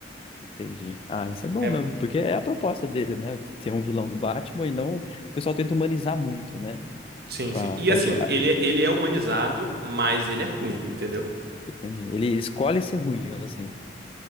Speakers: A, on the left; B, on the right.
A: Entendi. Ah, isso é bom
B: É,
A: mesmo, porque é a proposta dele, né? Ser um vilão do Batman e não. O pessoal tenta humanizar muito, né?
B: sim,
A: Pra,
B: sim. E
A: pra
B: assim,
A: gerar.
B: ele, é, ele é humanizado, mas ele é ruim, entendeu?
A: Entendi. Ele escolhe ser ruim, digamos assim.